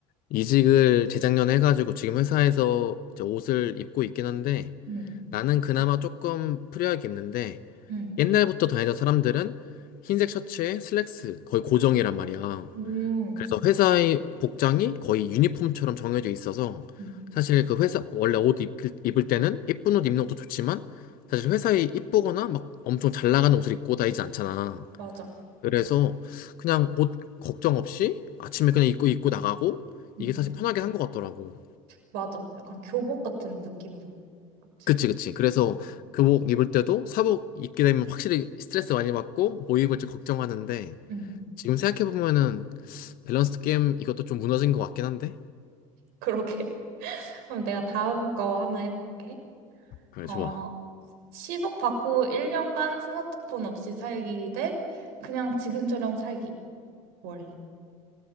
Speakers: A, on the left; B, on the right.
A: 이직을 재작년에 해가지고 지금 회사에서 이제 옷을 입고 있긴 한데
B: <laughs> 음.
A: 나는 그나마 조금 프리하게 입는데
B: 음.
A: 옛날부터 다니던 사람들은 흰색 셔츠에 슬랙스 거의 고정이란 말이야.
B: 음.
A: 그래서 회사의 복장이 거의 유니폼처럼 정해져 있어서
B: 음.
A: 사실 그 회사 원래 옷 입, 입을 때는 예쁜 옷 입는 것도 좋지만 사실 회사에 이쁘거나 막 엄청 잘 나가는 옷을 입고 다니진 않잖아.
B: 맞아.
A: 그래서 그냥 옷 걱정 없이 아침에 그냥 입고 입고 나가고
B: 음.
A: 이게 사실 편하게 한 것 같더라고.
B: 맞아. 약간 교복 같은 느낌으로. 그치?
A: 그치, 그치. 그래서
B: 응.
A: 교복 입을 때도 사복 입게 되면 확실히 스트레스 많이 받고 뭐 입을지 걱정하는데
B: 음,
A: 지금 생각해보면은 밸런스 게임 이것도 좀 무너진 것 같긴 한데.
B: 그러게. <laughs> 그럼 내가 다음 거 하나 해볼게.
A: 그래, 좋아.
B: 어, 10억 받고 1년간 스마트폰 없이 살기 대 그냥 지금처럼 살기. 원래.